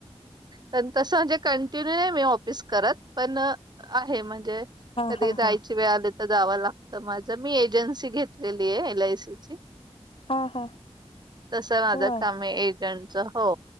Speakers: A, on the right (about 40°); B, on the left (about 60°).
A: पण तसं म्हणजे कंटिन्यू नाही मी ऑफिस करत पण आहे म्हणजे
B: हा
A: कधी
B: हा
A: जायची
B: हा
A: वेळ आली जावं लागत. माझं मी एजन्सी घेतलेली आहे एल आ य सी ची.
B: हा हा
A: तस माझ
B: होय
A: कामे एजंटच हो